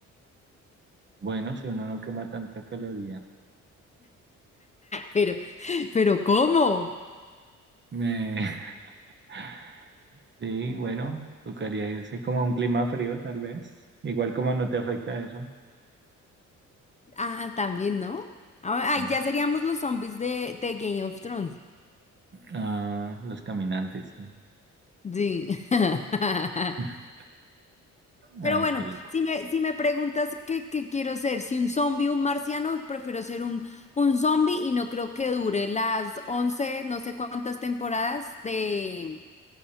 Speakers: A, on the right; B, on the left.
A: Bueno, si uno no quema tanta caloría.
B: Pero, pero ¿cómo?
A: Me- <laughs> Sí, bueno, tocaría irse como a un clima frío, tal vez. Igual como no te afecta eso.
B: Ah, también, ¿no? Ah, Ay,
A: Mm.
B: ya seríamos los zombies de, de Game of Thrones.
A: Ah, los caminantes. sí.
B: Sí. <laughs>
A: <laughs>
B: Pero
A: Ay,
B: bueno,
A: qué loco.
B: si me, si me preguntas qué, qué quiero ser, si un zombie o un marciano, prefiero ser un, un zombie y no creo que dure las 11 no sé cuántas temporadas de,